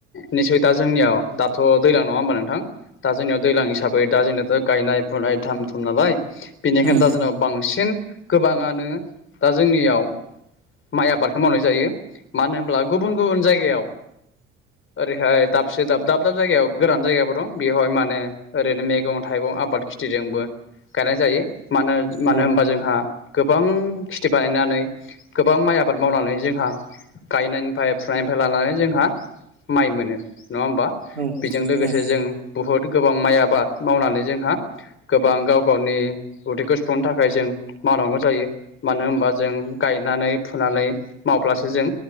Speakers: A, on the left; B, on the right.
A: निसय दा जोंनियाव दाथ' दैज्लां नङा होमबा नोंथां। दा जोंनियाव दैलां हिसाबै दा जोंनाथ' गायनाय फुनाय थाम थुम नालाय। बेनिखायनो
B: उम
A: दा जोंनाव बांसिन। गोबाङानो दा जोंनियाव माइ आबादखौ मावनाय जायो। मानो होनब्ला गुबुन गुबुन जाय याव। ओरैहाय से दाब दाब दाब जायगायाव गोरान जायगाबो दं बेवहाय माने ओरैनो मैगं थाइगं आब बाद खिथिजोंबो गायनाय जायो। मानो मानो
B: औ
A: होनबा जोंहा गोबां खेथि बानायनानै गोबां माइ आबाद मावनानै जोंहा गायनायनिफ्राय फुनायनिफ्राय लानानै जोंहा माइ मोनो। नङा होमबा
B: उम
A: बेजों लोगोसे
B: उम
A: जों बहुत गोबां माइ आबाद मावनानै जोंहा गोबां गाव गावनि उदैखौ सुफुंनो थाखाय जों मावनांगौ जायो। मानो होनबा जों गायनानै फुनानै मावब्लासो जों